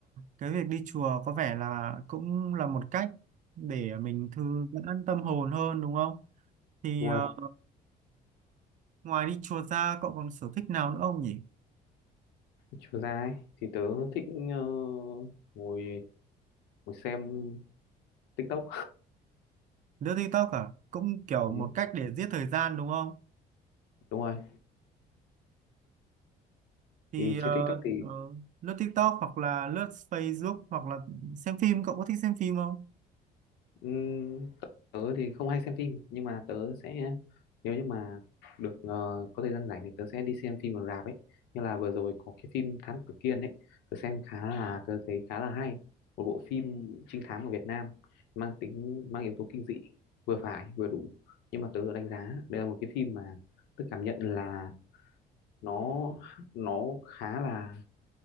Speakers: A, on the right (about 50°); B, on the left (about 85°).
A: cái việc đi chùa có vẻ là cũng là một cách để mình thư giãn tâm hồn hơn đúng không? Thì
B: đúng
A: ờ,
B: không ạ?
A: ngoài đi chùa ra cậu còn sở thích nào nữa không nhỉ?
B: chiều ra ấy, thì tớ thích ờ, ngồi ngồi xem TikTok
A: Lướt TikTok à? Cũng kiểu
B: ừ,
A: một cách để giết thời gian đúng không?
B: đúng rồi
A: Thì
B: thì trên
A: ờ,
B: TikTok thì
A: ờ, lướt TikTok hoặc là lướt Facebook hoặc là xem phim cậu có thích xem phim không?
B: ừm, tớ thì không hay xem phim nhưng mà tớ sẽ nếu như mà được ờ, có thời gian rảnh thì tớ sẽ đi xem phim ở rạp ấy như là vừa rồi có cái phim Thám Tử Kiên ấy tớ xem khá là tớ thấy khá là hay một bộ phim trinh thám của Việt Nam mang tính mang yếu tố kinh dị vừa phải vừa đủ nhưng mà tớ đánh giá đây là một cái phim mà tớ cảm nhận là nó nó khá là